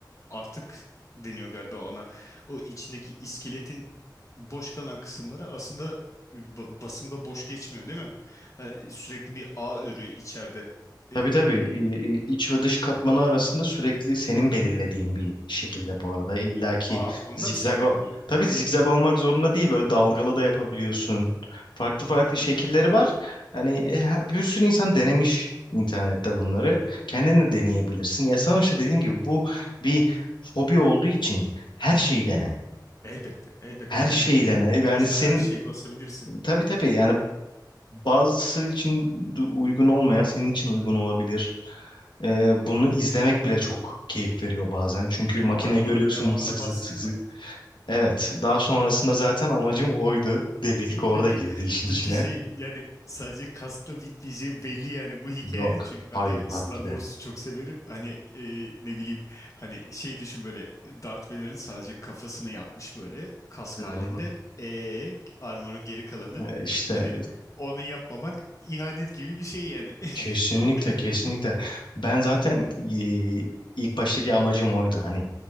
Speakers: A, on the left (about 45°); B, on the left (about 85°).
A: artık deniyor galiba ona. O içindeki iskeletin boş kalan kısımları aslında e, ba- basında boş geçmiyor değil mi? Ha, sürekli bir ağ örüğü içeride.
B: Tabii
A: Ee,
B: tabii İ- i- iç ve dış katmanı arasında sürekli senin belirlediğin bir şekilde bu arada. İlla ki
A: ağ, onda
B: zigzag
A: mı sen belirliyorsun?
B: o- tabii zigzag olmak zorunda değil böyle dalgalı da yapabiliyorsun. Farklı farklı
A: Hmm,
B: şekilleri var. Yani e, ha- bir sürü insan denemiş internette bunları. Kendin de deneyebilirsin. Ya sana işte dediğim gibi bu bir hobi olduğu için her şeyi dene.
A: elbette, elbette.
B: Her
A: Yani
B: şeyi dene.
A: sonuçta
B: Yani senin
A: her şeyi basabilirsin.
B: tabii tabii yani Bazısı için du- uygun olmayan senin için uygun olabilir. Ee, bunu izlemek bile çok keyif veriyor bazen. Çünkü
A: Peki
B: makineyi
A: armorun
B: görüyorsun
A: devamını
B: zık zık
A: bastın
B: zık zık.
A: mı?
B: Evet, daha sonrasında zaten amacım oydu. Delilik orada
A: Çünkü
B: girdi işin
A: çünkü
B: içine.
A: şey yani sadece kaskla bitmeyeceği belli yani bu hikayenin
B: Yok,
A: çünkü ben
B: hayır
A: de Star
B: tabii ki
A: Wars'u
B: de.
A: çok severim. Hani e, ne bileyim hani şey düşün böyle Darth Vader'ın sadece kafasını yapmış böyle kask
B: Hı
A: halinde.
B: hı.
A: E armor'un geri kalanı
B: Ee, İşte
A: hani onu yapmamak ihanet gibi bir şey yani. <laughs>
B: Kesinlikle kesinlikle. Ben zaten e, ilk baştaki amacım oydu. Hani